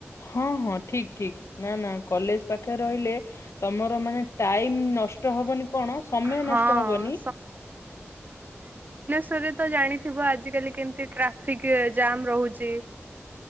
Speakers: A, on the left; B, on the right.
A: ହଁ, ହଁ, ଠି଼କ ଠି଼କ ନା, ନା କଲେଜ ପାଖରେ ରହିଲେ ତମର ମାନେ ଟାଇମ ନଷ୍ଟ ହବନି କଣ ସମୟ
B: ହଁ
A: ନଷ୍ଟ ହବନି।
B: ରେତରେ ତ ଜାଣିଥିବ ଆଜି କାଲି କେମିତି ଟ୍ରାଫିକ ଏ ଜାମ୍ ରହୁଚି।